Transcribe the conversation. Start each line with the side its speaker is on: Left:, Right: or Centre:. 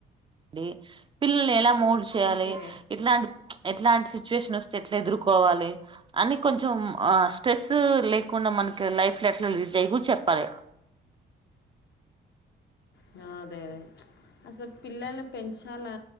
Right: డి పిల్లల ఎలా మోల్డ్ చేయాలి
Left: ఓకే
Right: ఇట్లాంటి ఎట్లాంటి సిచ్యువేషన్ వస్తే ఎట్లా ఎదుర్కోవాలి అని కొంచెం ఆ స్ట్రెస్ లేకుండా మనకి లైఫ్ లో ఎట్లా లీడ్ అయ్ కూడా చెప్పాలి
Left: అదే అదే అసలు పిల్లల్ని పెన్ చాలా